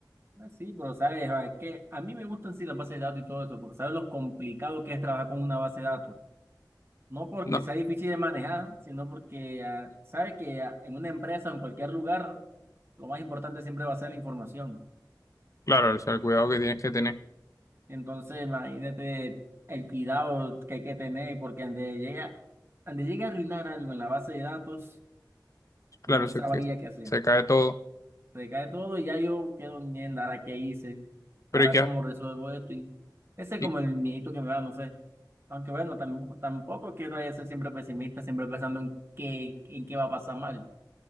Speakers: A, on the right (about 35°); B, on the left (about 45°).
A: Ah, Sí, pero sabes, Ah, es que a mí me gustan sí las bases de datos y todo eso, porque sabes lo complicado que es trabajar con una base de datos. No porque
B: No,
A: sea difícil de manejar, sino porque ah, sabe que ah, en una empresa o en cualquier lugar, lo más importante siempre va a ser la información.
B: Claro, o sea, el cuidado que tienes que tener.
A: Entonces, imagínate el cuidado que hay que tener, porque ande llega, ande llegue a arruinar algo en la base de datos,
B: Claro,
A: no sabría
B: se, que-
A: qué hacer.
B: se cae todo.
A: Se cae todo y ya yo quedo en mierda, ahora qué hice, ahora
B: Pero y que,
A: cómo resuelvo esto. Y ese es
B: y,
A: como el miedito que me da, no sé. Aunque bueno, tampoco, tampoco quiero ser siempre pesimista, siempre pensando en qué, en qué va a pasar mal.